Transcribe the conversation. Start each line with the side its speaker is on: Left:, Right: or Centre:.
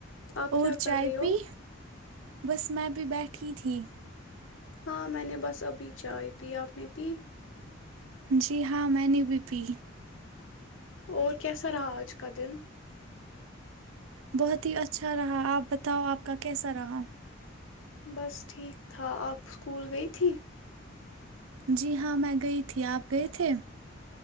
Left: آپ
Right: اور
Left: کیا کر
Right: چائے
Left: رہی ہو
Right: پی بس میں بھی بیٹھی ہی تھی
Left: ہاں میں نے بس ابھی چائے پی آپ نے پی
Right: جی ہاں میں نے بھی پی
Left: اور کیسا رہا آج کا دن
Right: بہت ہی اچھا رہا آپ بتاؤ آپ کا کیسا رہا
Left: بس ٹھیک تھا آپ اسکول گئی تھی
Right: جی ہاں میں گئی تھی آپ گئے تھے